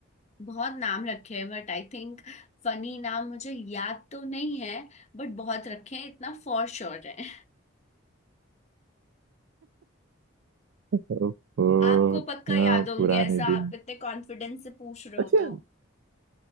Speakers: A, on the left; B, on the right.
A: बहुत नाम रखे हैं बट आई थिंक फनी नाम मुझे याद तो नहीं है बट बहुत रखे हैं इतना फॉर श्योर है
B: ओहो,
A: आपको
B: अ,
A: पक्का याद होंगे
B: पुराने
A: ऐसा
B: दिन
A: आप इतने कॉन्फिडेंस से पूछ रहे
B: अच्छा
A: हो तो